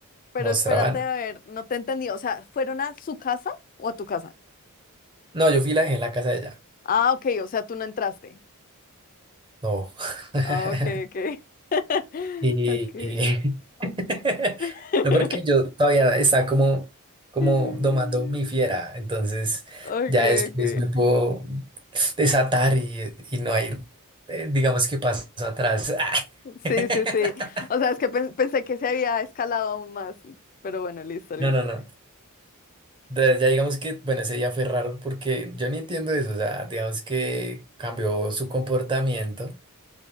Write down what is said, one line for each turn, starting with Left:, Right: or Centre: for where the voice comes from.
Left: pero
Right: mostraban.
Left: espérate, a ver, no te entendí. O sea, ¿fueron a su casa o a tu casa?
Right: No, yo fui y la dejé en la casa de ella.
Left: Ah, ok, o sea, tú no entraste.
Right: No. <laughs>
Left: Ah, ok, ok. <laughs>
Right: Y...
Left: Ok.
Right: y- <laughs>
Left: <laughs>
Right: No, porque yo todavía estaba como, como
Left: Mm,
Right: domando mi fiera, entonces
Left: Ok,
Right: ya después
Left: ok.
Right: me puedo desatar y, y no hay, eh, digamos que paso atrás.
Left: Sí,
Right: <laughs>
Left: sí, sí. O sea, es que pen- pensé que se había escalado aún más. Pero bueno, listo, listo.
Right: No, no, no. De- Ya digamos que, bueno, ese día fue raro porque yo ni entiendo eso. O sea, digamos que cambió su comportamiento